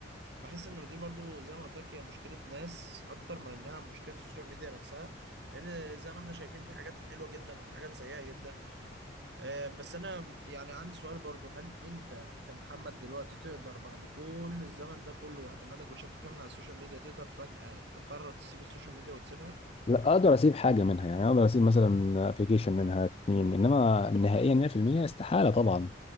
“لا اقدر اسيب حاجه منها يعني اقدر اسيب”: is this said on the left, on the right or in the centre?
Left